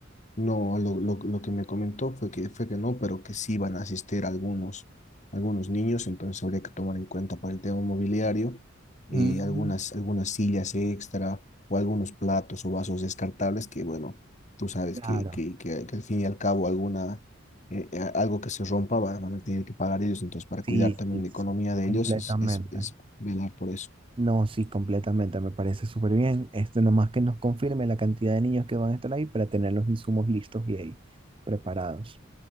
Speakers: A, on the left; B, on the right.
A: No, lo, lo- lo que me comentó fue que, fue que no, pero que sí van a asistir algunos, algunos niños, entonces habría que tomar en cuenta para el tema mobiliario eh,
B: Mm,
A: algunas, algunas sillas extra o algunos platos o vasos descartables que, bueno, tú sabes
B: claro.
A: que, que, que, que al fin y al cabo alguna, eh, eh, algo que se rompa va- van a tener que pagar ellos, entonces para
B: Sí,
A: cuidar también
B: sí,
A: la
B: sí,
A: economía de
B: completamente.
A: ellos es, es, es velar por eso.
B: No, sí, completamente, me parece súper bien. Esto nomás que nos confirme la cantidad de niños que van a estar ahí para tener los insumos listos y ahí preparados.